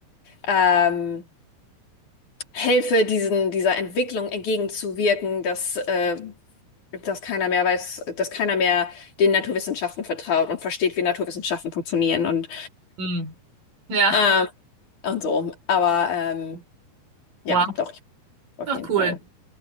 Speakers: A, on the left (about 50°); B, on the right (about 60°).
A: ähm, helfe, diesen, dieser Entwicklung entgegenzuwirken, dass, äh, dass keiner mehr weiß, dass keiner mehr den Naturwissenschaften vertraut und versteht, wie Naturwissenschaften funktionieren und,
B: Hm. Ja,
A: ähm, und so. Aber ähm, ja,
B: wow.
A: doch, ich auf
B: Ach,
A: jeden
B: cool.
A: Fall.